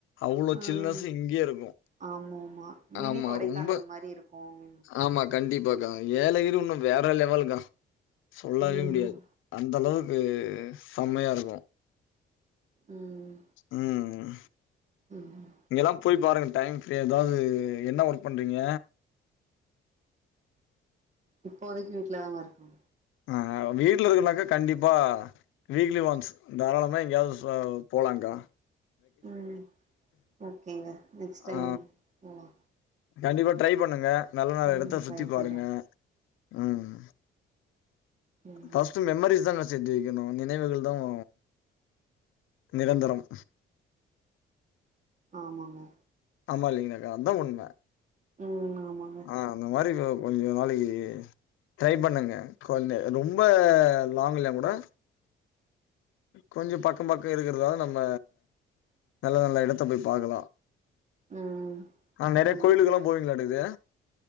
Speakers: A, on the left; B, on the right.
A: அவ்ளோ
B: ம்
A: சில்னஸ் இங்கேயே இருக்கும்
B: ஆமா ஆமா மினி
A: ஆமா.
B: கொடைக்கானல்
A: ரொம்ப
B: மாதிரி இருக்கும்
A: ஆமா. கண்டிப்பாக்கா ஏலகிரி ஒன்னும் வேற லெவலுகா சொல்லவே
B: ம்
A: முடியாது அந்த அளவுக்கு செம்மையா இருக்கும்
B: ம்
A: ம்
B: ம்
A: இங்கல்லாம் போய் யி பாருங்க டைம் எதாவது என்ன ஒர்க் பண்றீங்க
B: இப்போதைக்கு வீட்லதாங்கே இருக்கே
A: ஆ ஆ வீட்ல இருக்கேனாக்கா கண்டிப்பா வீக்லி ஒன்ஸ் தாராளமா எங்கயாவது சோ போலக்கா
B: ம் ஓகேங்க நெக்ஸ்ட் டைம்
A: ஆ
B: போலா
A: கண்டிப்பா ட்ரை பண்ணுங்க நல்ல நல்ல
B: ம்
A: எடத்த
B: ட்ரை
A: சுத்தி
B: பண்றே
A: பாருங்க ம்
B: ம்
A: ஃப்ஸ்ட் மெமரிஸ் தாங்க சேத்து வைக்கணும் நினைவுகள் தான் நிரந்தரம்
B: ஆமாங்க
A: ஆமா இங்க அதான் உண்மை
B: ம் ஆமாங்க
A: ஆ அந்த மாதிரி கொஞ்சம் நாளைக்கு ட்ரை பண்ணுங்க கொஞ்சோ ரொம்ப லாங் இல்லையா கூட கொஞ்சம் பக்கம் பக்கம் இருக்கிறதுதால நம்ம நல்ல நல்ல எடத்த போய் பாக்கலாம்
B: ம்
A: ஆ நெறைய
B: ஆமாங்க
A: கோயிலுக்கல்லாம் போவீங்களா அடுக்குது